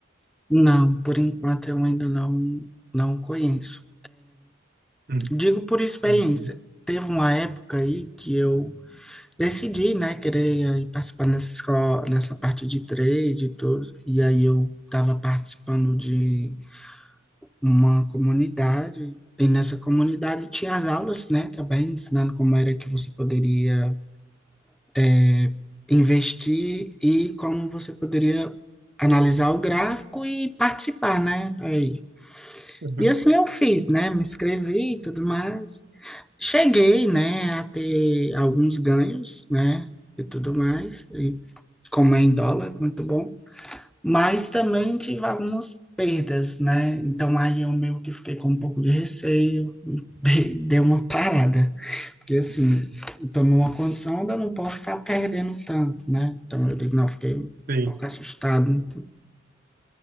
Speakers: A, in the centre; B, on the right.
A: Não, por enquanto eu ainda não, não conheço.
B: Hum.
A: Digo por experiência.
B: Uhum.
A: Teve uma época aí que eu decidi, né, querer aí participar nessa escola, nessa parte de trade e tudo. E aí eu estava participando de uma comunidade. E nessa comunidade tinha as aulas, né, também ensinando como era que você poderia é, investir e como você poderia analisar o gráfico e participar, né? Aí.
B: Uhum.
A: E assim eu fiz, né? Me inscrevi e tudo mais. Cheguei, né, a ter alguns ganhos, né, e tudo mais, e como é em dólar, muito bom, mas também tive algumas perdas, né, então aí eu meio que fiquei com um pouco de receio, <laughs> dei, dei uma parada, porque assim,
B: uhum.
A: estou numa condição onde eu não posso estar perdendo tanto, né, então eu digo, não, fiquei um
B: Sim.
A: pouco assustado.